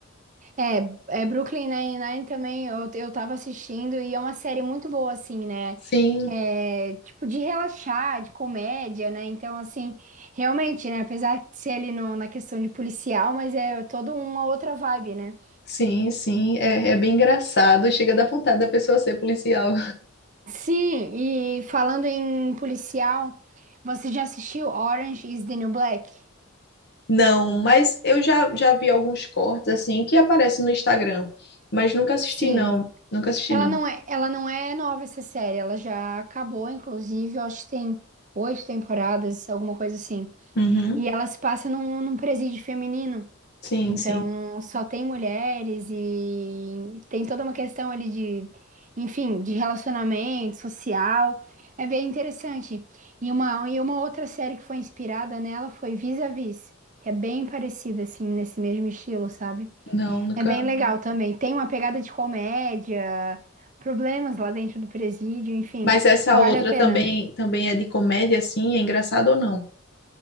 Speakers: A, on the right; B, on the left.
A: É, é Brooklyn Nine-Nine também eu, eu tava assistindo e é uma série muito boa, assim, né?
B: Sim,
A: É, tipo, de relaxar, de comédia, né? Então, assim, realmente, né? Apesar de ser ali no- na questão de policial, mas é toda uma outra vibe, né?
B: sim, sim, é, é bem engraçado, chega a dar vontade da pessoa ser policial.
A: Sim, e falando em policial, você já assistiu Orange is the New Black?
B: Não, mas eu já, já vi alguns cortes assim que aparecem no Instagram, mas nunca assisti
A: Sim.
B: não, nunca assisti
A: Ela
B: não.
A: não é, ela não é nova essa série, ela já acabou, inclusive, eu acho que tem oito temporadas, alguma coisa assim.
B: Uhum.
A: E ela se passa num, num presídio feminino.
B: Sim,
A: Então,
B: sim.
A: só tem mulheres e tem toda uma questão ali de, enfim, de relacionamento social. É bem interessante. E uma, e uma outra série que foi inspirada nela foi Vis-a-Vis, que é bem parecida, assim, nesse mesmo estilo, sabe?
B: Não, nunca.
A: É bem legal também. Tem uma pegada de comédia, problemas lá dentro do presídio, enfim,
B: Mas essa
A: vale
B: outra
A: a pena.
B: também também é de comédia assim, é engraçado ou não?